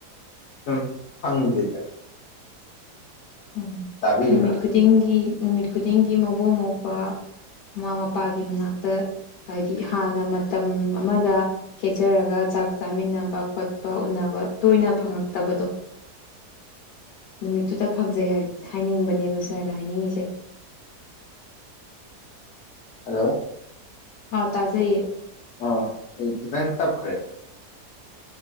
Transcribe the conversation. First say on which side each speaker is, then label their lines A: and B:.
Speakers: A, on the left (about 55°); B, on the left (about 80°).
A: ꯁꯨꯝ ꯐꯪꯗꯦꯗꯅ
B: ꯎꯝ
A: ꯇꯥꯕꯤꯔꯤꯕ
B: ꯅꯨꯃꯤꯠ ꯈꯨꯗꯤꯡꯒꯤ ꯅꯨꯃꯤꯠ ꯈꯨꯗꯤꯡꯒꯤ ꯃꯕꯨꯡ ꯃꯧꯄꯥ ꯃꯃꯥ ꯃꯄꯥꯒꯤ ꯃꯅꯥꯛꯇ ꯍꯥꯏꯗꯤ ꯍꯥꯟꯅ ꯃꯇꯝ ꯑꯃꯗ ꯈꯦꯠꯆꯔꯒ ꯆꯥꯛ ꯆꯥꯃꯤꯟꯅꯕ ꯈꯣꯠꯄ ꯎꯅꯕ ꯇꯣꯏꯅ ꯐꯪꯉꯛꯇꯕꯗꯣ ꯅꯨꯃꯤꯠꯇꯨꯗ ꯐꯪꯖꯩ ꯍꯥꯏꯗꯤ ꯍꯥꯏꯅꯤꯡꯕꯅꯦꯕ ꯁꯥꯔꯅ ꯍꯥꯏꯅꯤꯡꯉꯤꯁꯦ
A: ꯍꯂꯣ
B: ꯑꯥꯎ ꯇꯥꯖꯩꯌꯦ
A: ꯑ ꯑꯩ ꯈꯤꯇꯪ ꯇꯞꯈ꯭ꯔꯦ